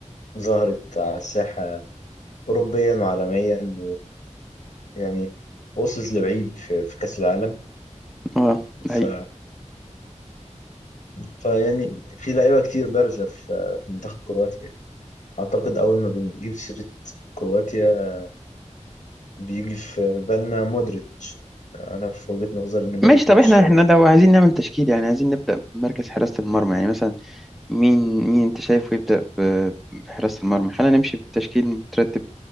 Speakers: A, on the left (about 70°); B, in the centre.
A: ظهرت على الساحه اوروبيا وعالميا ويعني وصلت لبعيد في في كاس العالم
B: اه
A: ف...
B: ده حقيقي
A: فيعني في لعيبه كتير بارزه في في منتخب كرواتيا اعتقد اول ما بنجيب سيره كرواتيا بيجي في بالنا مودريتش انا في وجهه نظري ان مودريتش
B: ماشي طب احنا احنا لو عايزين نعمل تشكيل يعني عايزين نبدا بمركز حراسه المرمى يعني مثلا مين مين انت شايفه يبدأ ب- بحراسة المرمى خلينا نمشي بتشكيل مترتب